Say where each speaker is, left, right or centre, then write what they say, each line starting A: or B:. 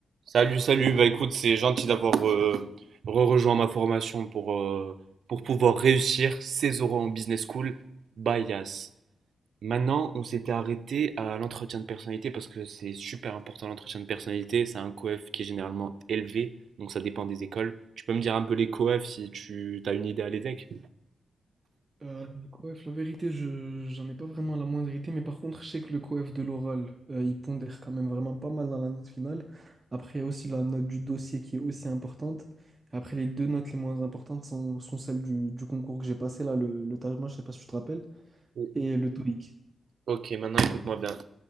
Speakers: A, on the right; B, on the right.
A: Salut, salut. Bah écoute, c'est gentil d'avoir euh, re-rejoint ma formation pour, euh, pour pouvoir réussir ses oraux en business school. Bias. Maintenant, on s'était arrêté à l'entretien de personnalité parce que c'est super important l'entretien de personnalité. C'est un coef qui est généralement élevé, donc ça dépend des écoles. Tu peux me dire un peu les coefs si tu as une idée à l'EDEC?
B: Euh, les coefs, la vérité, je j'en ai pas vraiment la moindre idée, mais par contre, je sais que le coef de l'oral, euh, il pondère quand même vraiment pas mal dans la note finale. Après, il y a aussi la note du dossier qui est aussi importante. Après, les deux notes les moins importantes sont, sont celles du, du concours que j'ai passé, là, le, le TAJMA, je sais pas si tu te rappelles,
A: Oui.
B: et le TOEIC.
A: Ok, maintenant écoute-moi bien.